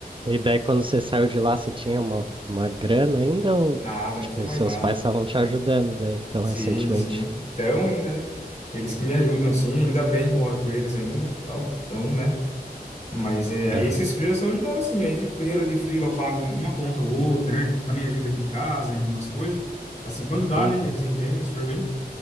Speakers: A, on the right; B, on the left.
A: E daí, quando você saiu de lá, você tinha uma, uma grana ainda ou,
B: nada,
A: tipo,
B: não tinha mais
A: seus
B: nada.
A: pais estavam te ajudando daí, então,
B: Sim,
A: recentemente?
B: sim. Então ainda, né? Eles que me ajudam, assim, ainda bem que eu moro com eles ainda, tal. Então, né? Mas é, aí
A: Aham,
B: esses freelas estão ajudando, assim. Aí, tipo, com dinheiro de freela eu pago uma conta ou outra, né? Também ajuda aqui em casa, em algumas coisas. Assim, quando dá,
A: entendi.
B: né? Eles entendem super bem.